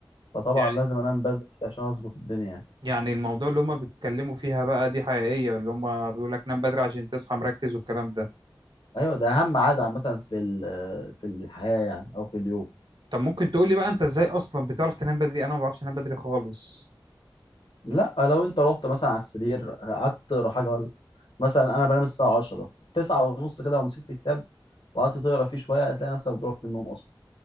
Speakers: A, on the left; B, on the right.
A: فطبعا
B: يعني
A: لازم انام بدري عشان اظبط الدنيا يعني
B: يعني الموضوع اللي هما بيتكلموا فيها بقى دي حقيقية اللي هما بيقول لك نام بدري عشان تصحى مركز والكلام ده
A: ايوه ده اهم عاده عامه في ال- في الحياه يعني او في اليوم
B: طب ممكن تقول لي بقى انت ازاي اصلا بتعرف تنام بدري انا ما بعرفش انام بدري خالص
A: لا لو انت رحت مثلا على السرير قعدت تقرا حاجه ولا مثلا انا بنام الساعه 10 9 ونص كده ومسكت كتاب وقعدت تقرا فيه شويه هتلاقي نفسك بتروح في النوم اصلا